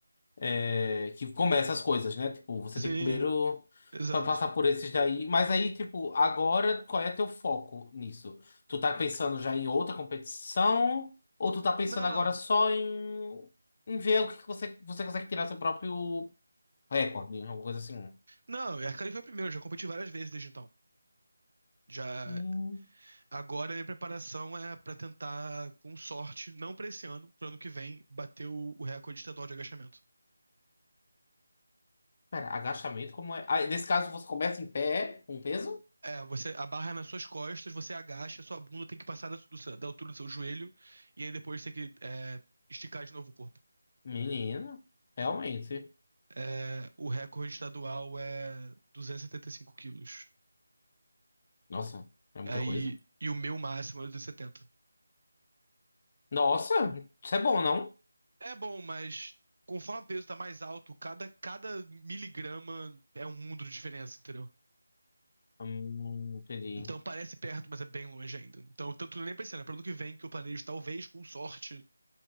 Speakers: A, on the left (about 35°); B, on the right (about 65°).
A: é, que começa as coisas, né? Tipo, você
B: Sim,
A: tem que primeiro
B: exato.
A: pa- passar por esses daí. Mas aí, tipo, agora qual é teu foco nisso? Tu tá pensando já em outra competição? Ou tu tá pensando
B: Não,
A: agora só em, em ver o que que você, você consegue tirar seu próprio recorde, né? alguma coisa assim?
B: não, a Cali foi a primeira, eu já competi várias vezes desde então. Já
A: Hum,
B: agora a minha preparação é pra tentar, com sorte, não pra esse ano, pro ano que vem, bater o, o recorde estadual de agachamento.
A: pera, agachamento como é? Ah, nesse caso, você começa em pé com peso?
B: É, você a barra é nas suas costas, você agacha, sua bunda tem que passar da, do- da altura do seu joelho, e aí depois tem que é, esticar de novo o corpo.
A: Menino, realmente.
B: é, o recorde estadual é 275 quilos.
A: Nossa, é muita
B: Aí,
A: coisa.
B: e o meu máximo é 270.
A: Nossa, isso é bom, não?
B: É bom, mas conforme o peso tá mais alto, cada, cada miligrama é um mundo de diferença, entendeu?
A: Hum, entendi.
B: Então parece perto, mas é bem longe ainda. Então, tanto nem pensando, é para ano que vem que eu planejo, talvez, com sorte,